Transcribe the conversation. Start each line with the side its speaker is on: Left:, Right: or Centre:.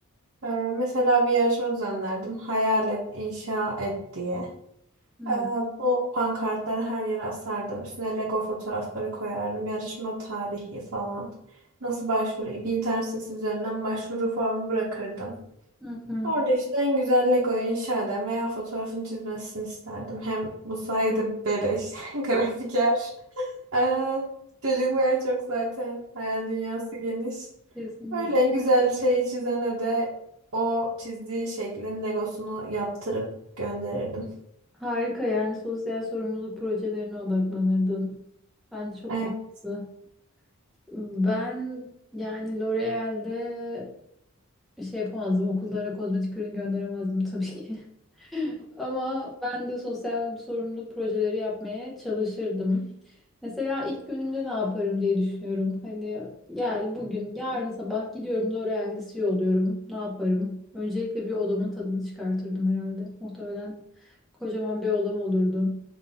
Right: E, Mesela bir yarışma düzenlerdim. Hayal et, inşa et diye.
Centre: Hmm,
Right: E, Bu pankartları her yere asardım. Üstüne Lego fotoğrafları koyardım. Yarışma tarihi falan. Nasıl başvuru? Bir internet sitesi üzerinden başvuru formu bırakırdım.
Centre: Hı hı.
Right: Orada işte en güzel Lego'yu inşa eden veya fotoğrafını çizmesini isterdim. Hem bu sayede beleş <laughs> grafiker. Ee, çocuklar çok zaten hayal dünyası geniş.
Centre: Kesinlikle.
Right: Öyle en güzel şeyi çizene de o çizdiği şeklin Legosunu yaptırıp gönderirdim.
Centre: Harika yani sosyal sorumluluk projelerine odaklanırdın. Bence çok
Right: Evet.
Centre: mantıklı. Ben yani L'Oreal'de Bir şey yapamazdım. Okullara kozmetik ürün gönderemezdim tabii ki. <laughs> Ama ben de sosyal sorumluluk projeleri yapmaya çalışırdım. Mesela ilk günümde ne yaparım diye düşünüyorum. Hani gel bugün, yarın sabah gidiyorum L'Oreal'de CEO oluyorum. Ne yaparım? Öncelikle bir odamın tadını çıkartırdım herhalde. Muhtemelen kocaman bir odam olurdu.